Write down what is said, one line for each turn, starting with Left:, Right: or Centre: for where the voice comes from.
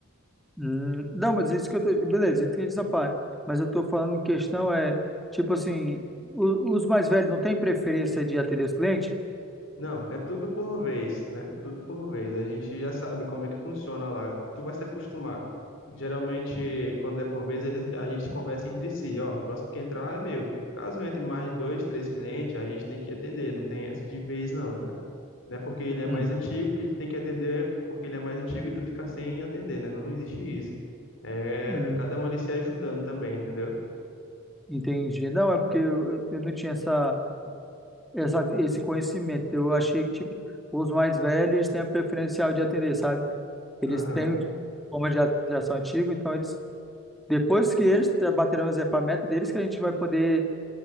Centre: uhum. Não, mas isso que eu tô... Beleza, entendi essa parte. Mas eu tô falando em questão é, tipo assim, o- os mais velhos não têm preferência de atender os clientes?
Left: Não, é tudo por vez, né? Tudo por vez. A gente já sabe como é que funciona lá. Tu vai se acostumar. Geralmente, quando é por vez, eles, a gente conversa entre si. Ó, o próximo que entrar é meu. Caso entre mais de dois, três clientes, a gente tem que atender. Não tem essa de vez, não, tá? Não é porque ele é mais
Centre: Uhum.
Left: antigo que ele tem que atender, porque ele é mais antigo e tu ficar sem atender, né? Não existe isso. É
Centre: uhum.
Left: cada um ali se ajudando também, entendeu?
Centre: Entendi. Não, é porque eu, eu não tinha essa, essa, esse conhecimento. Eu achei que, tipo, os mais velhos eles têm a preferencial de atender, sabe? Eles
Left: Aham.
Centre: têm o diploma de at- antigo, então eles, depois que eles tra- baterão as- etapas, a meta deles, que a gente vai poder